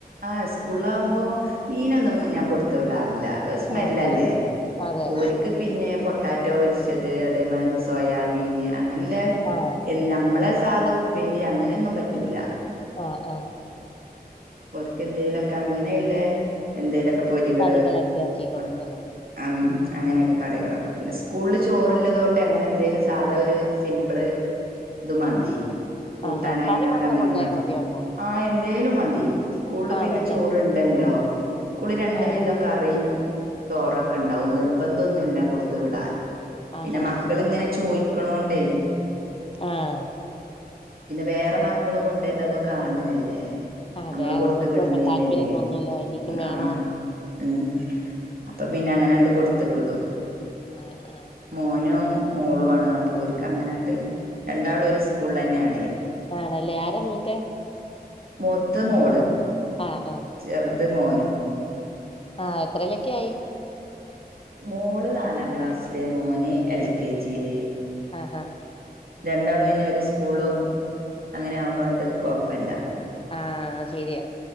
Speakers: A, on the right; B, on the left.
A: ആഹ് സ്കൂള്ല് ആകുമ്പോ മീനൊന്നും ഞാൻ കൊടുത്ത് വിടാറില്ല ഒര് സ്മെല്ലല്ലേ
B: ആഹ് ആഹ് അതെ
A: ഓര് ക്ക് പിന്നെ പൊട്ടാറ്റോ പൊരിച്ചത് അതേമാരി സോയാബീന് അങ്ങനില്ല
B: ആഹ്
A: ഞമ്മളെ സാധ ഉപ്പേരി അങ്ങനൊന്നും പറ്റൂല
B: ആഹ് ആഹ്
A: ഓർക്ക് എന്തേലൊക്കെ അങ്ങനെയില്ല എന്തേലൊക്കെ പൊരികള്
B: കറികളൊക്കെ ആക്കി കൊടുക്കുംല്ലേ
A: മൊ അമ് അങ്ങനെയൊക്കെ കറികളൊക്കെ പിന്നെ സ്കൂളില് ചോറുള്ളത് കൊണ്ട് അങ്ങനെ എന്തേലും സാധാ ഒരു സിമ്പിള് ത് മതി കൂട്ടാനായകണ്ട്
B: ആഹാ കറി മാത്രം
A: അങ്ങനെ
B: കൊണ്ടുപോയാൽ
A: മതി
B: മതിയോ അപ്പൊ
A: ആഹ് എന്തേലും മതി സ്കൂളിൽ
B: ആണല്ലേ
A: പിന്നെ ചോറുണ്ടല്ലോ സ്കൂളിൽ രണ്ടു
B: ആഹ്
A: വിധം കറീം ചോറൊക്കെ ഇണ്ടാവും നിർബന്ധന്നുല്ല കൊടുത്തു വിടാൻ
B: ആഹ്
A: പിന്നെ
B: ആഹ്
A: മക്കളിങ്ങനെ ചോയ്ക്കണോണ്ടെ
B: ആഹ്
A: പിന്നെ വേറെ മക്കള് കൊണ്ടരണതും കാണല്ലേ
B: അതെ
A: നമ്മള് കൊടുത്ത്
B: അവർക്കും
A: വിടണില്ലേല്
B: ഇപ്പൊ താല്പര്യം തോന്നുവല്ലോ എനിക്കും വേണോന്ന്
A: ആഹ് ഉം അപ്പൊ പിന്നെ അങ്ങനെണ്ട് കൊടുത്ത് വിടും
B: ആഹ് ആഹ്
A: മോനും മോളു ആണ് അപ്പൊ ഓര്ക്ക് അങ്ങനെണ്ട് രണ്ടാളും ഒരു സ്കൂളിളെന്നെ ആണേ
B: ആണല്ലേ ആരാ മൂത്തെ
A: മൂത്തത് മോള്
B: ആഹ് ആഹ്
A: ചെറുത് മോനും
B: ആഹ് എത്രയിലൊക്കെ ആയി
A: മോള് നാലാം ക്ലാസ്സില് മോന് എൽ കെ ജി ല്
B: ആഹ് ആഹ്
A: രണ്ടാളും പിന്നെ ഒരു സ്കൂളും അങ്ങനെ ആവുമ്പോ ആണ്ട് കൊഴപ്പല്ല
B: ആഹ് ശരിയാ